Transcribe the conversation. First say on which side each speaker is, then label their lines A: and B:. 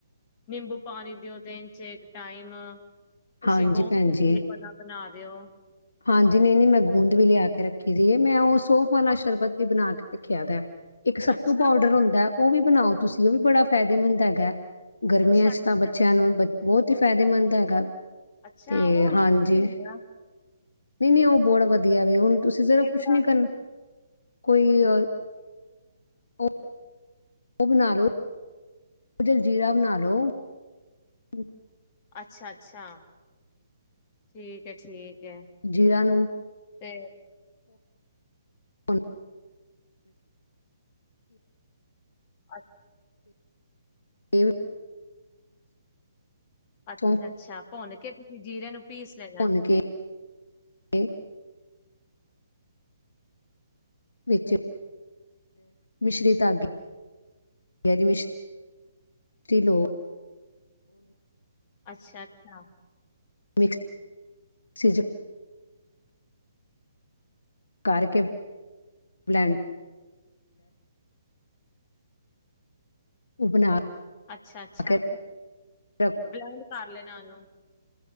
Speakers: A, on the left; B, on the left.
A: ਨਿੰਬੂ ਪਾਣੀ ਦਿਓ ਦਿਨ ਚੇ ਟਾਈਮ ਤੁਸੀਂ
B: ਹਾਂਜੀ
A: ਗੋਂਦ
B: ਭੈਣ
A: ਕਤੀਰੇ
B: ਜੀ,
A: ਵਾਲਾ ਬਣਾ ਦਿਓ
B: ਹਾਂਜੀ ਨਹੀਂ ਨਹੀਂ ਮੈਂ ਗੂੰਦ ਵੀ ਲਿਆ ਕੇ ਰੱਖੀ ਦੀ ਆ ਮੈਂ ਉਹ ਸੋਫ ਵਾਲਾ ਸ਼ਰਬਤ ਵੀ ਬਣਾ ਕੇ ਰੱਖਿਆ ਦਾ ਇੱਕ ਸੱਤੂ
A: ਅੱਛਾ
B: ਪਾਊਡਰ ਹੁੰਦਾ। ਉਹ ਵੀ ਬਣਾਓ। ਤੁਸੀਂ ਉਹ ਵੀ ਬੜਾ ਫਾਇਦੇਮੰਦ ਹੈਗਾ, ਗਰਮੀਆਂ
A: ਅੱਛਾ
B: ਚ
A: ਅੱਛਾ
B: ਤਾਂ ਬੱਚਿਆਂ ਨੂੰ ਬਹੁਤ ਹੀ ਫਾਇਦੇਮੰਦ ਹੈਗਾ
A: ਅੱਛਾ
B: ਤੇ
A: ਹੁਣ
B: ਹਾਂਜੀ
A: ਕ ਆ <unintelligible>
B: ਨਹੀਂ ਨਹੀਂ ਉਹ ਬਹੁਤ ਵਧੀਆ ਵ ਉਹ ਤੁਸੀਂ ਜ਼ਰਾ
A: ਤੇ ਜਿਹੜਾ
B: ਕੁਛ ਨੀ ਕਰਨਾ ਕੋਈ ਅ ਉਹ ਉਹ ਬਣਾ ਲੋ ਜਲਜੀਰਾ ਬਣਾ ਲਉ। ਹੂੰ,
A: ਅੱਛਾ-ਅੱਛਾ ਠੀਕ ਹੈ ਠੀਕ ਹੈ
B: ਜੀਰਾ ਨੂੰ
A: ਤੇ
B: ਹੁ
A: ਅੱ
B: ਇਹ
A: ਅੱਛਾ-ਅੱਛਾ,
B: ਸੌਂਫ
A: ਭੁੰਨ ਕੇ ਤੁਸੀਂ ਜ਼ੀਰੇ ਨੂੰ ਪੀਸ ਲੈਣਾ।
B: ਭੁੰਨ <unintelligible> ਵਿੱਚ ਮਿਸ਼ਰੀ ਧਾਗੇ ਮਿਸ਼ ਲੋ
A: ਅੱਛਾ-ਅੱਛਾ,
B: ਮਿਕਸੀ ਚ, ਕਰ ਕੇ ਬਲੈਂਡ ਔ ਬਣਾ
A: ਅੱਛਾ-ਅੱਛਾ,
B: ਕੇ ਰੱਖੋ
A: ਗ੍ਰੈਂਡ ਕਰ ਲੈਣਾ ਉਹਨੂੰ